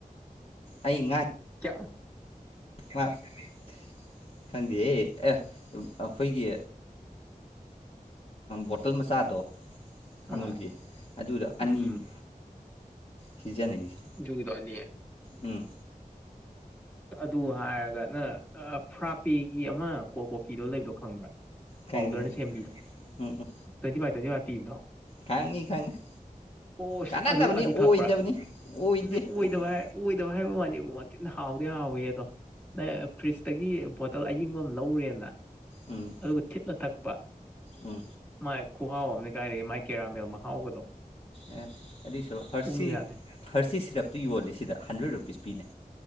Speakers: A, on the left; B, on the left.
A: ꯑꯩ ꯉꯥ
B: ꯀꯌꯥ
A: <unintelligible> ꯈꯪꯗꯦ ꯑꯦ ꯑ ꯑꯈꯣꯏꯒꯤ ꯕꯣꯇꯜ ꯃꯆꯥꯗꯣ ꯑꯃꯨꯜꯒꯤ
B: ꯑꯥ
A: ꯑꯗꯨꯗꯣ ꯑꯅꯤꯅꯤ
B: ꯎꯝ ꯎꯝ
A: ꯄꯤꯖꯟꯅꯩꯁꯦ
B: ꯗꯨꯒꯤꯗꯣ ꯑꯅꯤ
A: ꯎꯝ
B: ꯑꯗꯨ ꯍꯥꯏꯔꯒ ꯅꯪ ꯑ ꯐ꯭ꯔꯥꯄꯦꯒꯤ ꯑꯃ ꯀꯣꯜ ꯀꯣꯐꯤꯗꯣ ꯂꯩꯕꯗꯣ ꯈꯪꯕ꯭ꯔꯥ
A: ꯈꯪꯉꯦ
B: ꯄꯥꯎꯗꯔꯅ ꯁꯦꯝꯕꯤꯗꯣ
A: ꯎꯝ ꯎꯝ
B: ꯇ꯭ꯋꯦꯟꯇꯤ ꯐꯥꯏꯚ ꯇ꯭ꯋꯦꯟꯇꯤ ꯐꯥꯏꯚ ꯄꯤꯕꯗꯣ
A: ꯈꯪꯉꯤ ꯈꯪꯉꯤ
B: ꯑꯣꯁ
A: ꯀꯥꯟꯅꯗꯕꯅꯤ
B: ꯑꯗꯨ ꯑꯗꯨ ꯊꯛꯄ꯭ꯔꯥ
A: ꯑꯣꯏꯗꯕꯅꯤ ꯑꯣꯏꯗꯦ
B: ꯗꯦ ꯑꯣꯏꯗꯕ
A: ꯑꯣꯏꯗꯦ
B: ꯍꯥꯏ ꯑꯣꯏꯗꯕ ꯍꯥꯏꯕ ꯋꯥꯅꯤꯕꯨ ꯋꯥꯇꯤꯟ ꯍꯥꯎ ꯗꯤ ꯍꯥꯎꯏ ꯑꯗꯣ ꯅꯪ ꯐ꯭ꯔꯤꯖꯇꯒꯤ ꯕꯣꯇꯜ ꯑꯌꯤꯡꯕ ꯑꯃ ꯂꯧꯔꯦꯅ
A: ꯎꯝ
B: ꯑꯗꯨꯒ ꯊꯤꯠꯂ ꯊꯛꯄ
A: ꯎꯝ
B: ꯃꯥꯏ ꯈꯨꯍꯥꯎ ꯑꯝꯅꯦ ꯀꯥꯏꯗꯒꯤ ꯃꯥꯏ ꯀꯦꯔꯥꯃꯦꯜ ꯃꯍꯥꯎꯒꯗꯣ
A: ꯑꯦ ꯑꯗꯨꯏ ꯁꯔꯨꯛ ꯍꯔꯁꯤ
B: ꯄꯨꯡ ꯌꯥꯥꯗꯦ
A: ꯍꯔꯁꯤ ꯁꯤꯔꯞꯇꯨ ꯌꯣꯜꯂꯤꯁꯤꯗ ꯍꯟꯗ꯭ꯔꯦꯗ ꯔꯨꯄꯤꯁ ꯄꯤꯅꯦ